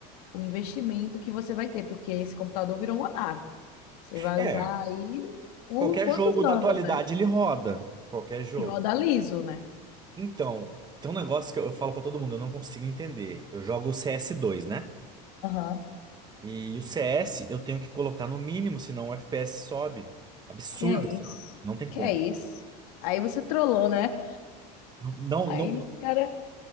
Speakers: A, on the left (about 85°); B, on the right (about 20°).
A: O investimento que você vai ter, porque esse computador virou uma nave. Você vai
B: É,
A: usar aí por
B: qualquer
A: quantos
B: jogo
A: anos,
B: da atualidade
A: né?
B: ele roda, qualquer jogo.
A: E roda liso, né?
B: Então, tem um negócio que eu, eu falo pra todo mundo, eu não consigo entender. Eu jogo o cs dois né?
A: Aham.
B: E o CS eu tenho que colocar no mínimo, senão o FPS sobe. Absurdo,
A: Que é
B: assim,
A: isso?
B: não tem como.
A: Que é isso? Aí você trollou, né?
B: Não, não,
A: Aí
B: não.
A: os caras.